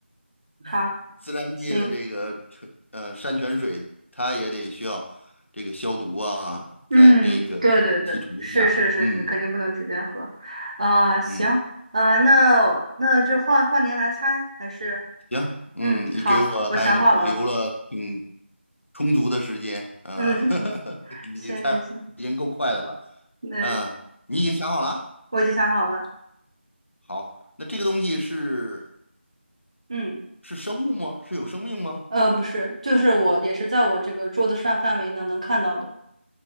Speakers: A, on the right; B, on the left.
A: 好，
B: 自然界的这个纯呃山泉水，
A: 行，
B: 它也得需要这个消毒啊，
A: 嗯，
B: 在那个提纯一下，
A: 对对对，是是是是，
B: 嗯
A: 肯定不能直接喝。啊、行，
B: 嗯，
A: 啊、那那这换换您来猜，还是
B: 行，嗯，
A: 嗯，
B: 你给我还留了挺
A: 好，我想好了，
B: 充足的时间，嗯、
A: 嗯，<laughs>
B: 呃，<laughs> 你猜已经够快的了，
A: 行行行，那
B: 嗯、你已经想好了啊？
A: 我已经想好了，
B: 好，那这个东西是。
A: 嗯，
B: 是生物吗？是有生命吗？
A: 呃，不是，就是我也是在我这个桌子上范围呢能看到的，